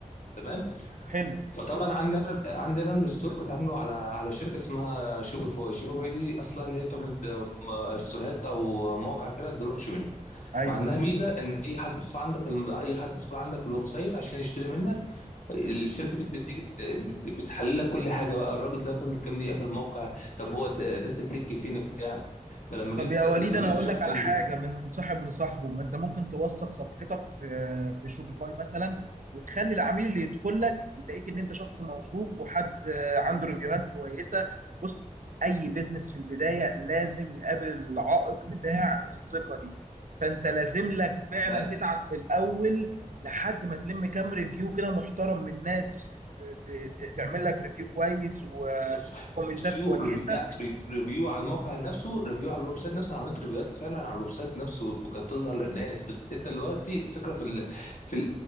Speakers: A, on the left; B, on the right.
A: تمام
B: حلو
A: فطبعا عندنا عندنا الستور كنت عامله على على شركه اسمها شوبيفاي شوبيفاي دي اصلا اللي هي بتعمل م- ستورات او مواقع كده دروب شيبنج
B: ايوه
A: فعندها ميزه ان اي حد بيدخل عندك الم- اي حد بيدخل عندك الويب سايت عشان يشتري منك الشركه دي بتديك بت- بتحلل لك كل حاجه بقى الراجل ده فضل كام دقيقه في الموقع طب هو د- داس كليك فين بتاع فلما جيت
B: طب يا وليد
A: لما
B: انا
A: جيت
B: هقول
A: شفت
B: لك على
A: ال...
B: حاجه من صاحب لصاحبه ما انت ممكن توثق صفحتك في في شوبيفاي مثلا وتخلي العميل اللي يدخل لك يلاقيك ان انت شخص موثوق وحد آه، عنده ريفيوهات كويسه بص اي بيزنس في البدايه لازم يقابل العائق بتاع الثقه دي فانت لازم لك فعلا
A: ما
B: تتعب في الاول لحد ما تلم كام ريفيو كده محترم من ناس ت- ت- تعمل لك ريفيو كويس وكومنتات
A: بص ريفيو
B: كويسه
A: ريفيو لا ري- ريفيو على الموقع نفسه ريفيو على الويب سايت نفسه انا عملت ريفيوهات فعلا على الويب سايت نفسه وكانت بتظهر للناس بس انت دلوقتي الفكره في ال... في ال...